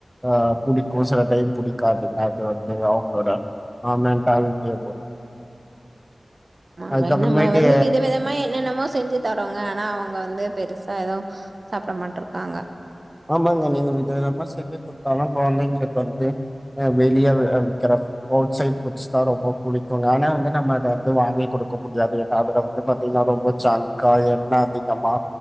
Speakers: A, in the centre; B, on the right.
A: ஆ புடிக்கு சில டைம் புடிக்காது அது வந்து அவுங்களோட பெர்மனென்ட்டா வீட்லயே இருப்போ
B: ஆமாங்க
A: அதுக்கப்புறமேட்டு
B: நம்ம வந்து வித விதமா என்னென்னமோ செஞ்சி தரோங்க ஆனா அவுங்க வந்து பெருசா எது சாப்ட மாட்ருக்காங்க
A: ஆமாங்க நீங்க வித விதமா செஞ்சிக்குத்தாலு கொழந்தைங்களுக்கு வந்து ஆ வெளிய அ விக்கிற ஃபு அவுட் சைட் ஃபுட்ஸ் தா ரொம்ப புடிக்கு ஆனா வந்து நம்ம அத வந்து வாங்கி குடுக்க முடியாது ஏனா அதுல வந்து பாத்தீங்கன்னா ரொம்ப ஜங்கா எண்ணெ அதிகமா